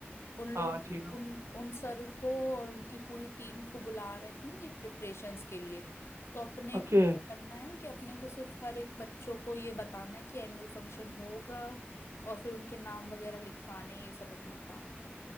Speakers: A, on the left; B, on the right.
A: उन लोग
B: हाँ जी ना
A: उन उन सर को और उनकी पूरी टीम को बुला रहे हैं ये प्रिपरेशंस के लिए तो अपने
B: ओके
A: को क्या करना है कि अपने को सिर्फ हर एक बच्चों को ये बताना है कि एनुअल फंक्शन होगा और फिर उनके नाम वगैरह लिखवाने ये सब अपना काम है